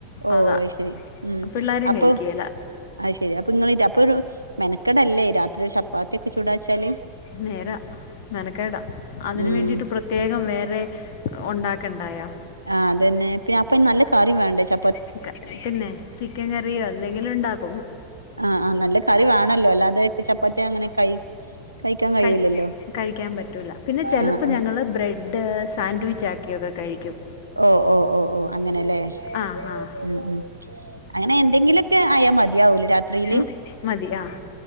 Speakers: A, on the right; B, on the left.
A: ഓ
B: അതാ
A: അയിശ്ശേരി ഉം
B: പിള്ളേരും
A: അപ്പൊ
B: കഴിക്കുകയില്ല
A: അയിശ്ശേരി അപ്പൊ നിങ്ങളി അപ്പോഴും മെനകെടല്ലേ രാത്രി ചപ്പാത്തിയൊക്കെ ചൂടാന് വെച്ചല്
B: നേരാ മെനക്കെടാ അതിന്
A: ഉം
B: വേണ്ടിയിട്ട് പ്രത്യേകം വേറെ ഉണ്ടക്കണ്ടായോ
A: ആ അതന്നെ പിന്നെ അപ്പൊ നല്ല കറിം വേണ്ടേ ചാ
B: <inaudible> പിന്നെ ചിക്കൻ കറിയോ എന്തെകിലും ഇണ്ടാ ഉം
A: ആ ആ നല്ല കറി വാണല്ലോ അല്ലാതെ ചപ്പാത്തി അങ്ങനെ കൈ കഴിക്കാൻ കഴിയൂലല്ലോ
B: കൈ കയ്ക്കാൻ പറ്റൂല പിന്നെ ചെലപ്പോ
A: ആഹ് ആഹ്
B: ഞങ്ങള് ബ്രെഡ് സാൻഡ്വിച്ചാക്കിയത് കഴിക്കും
A: ഓഹ് ഓഹ് ഓഹ് ഓഹ് അങ്ങനെ അല്ലെ
B: ആഹ് ആഹ്
A: ഉം ഉം അങ്ങനെ എന്തെങ്കിലുമൊക്കെ ആയാ മതിയാവുലെ രാത്രിയില്
B: ഉം മതി ആഹ്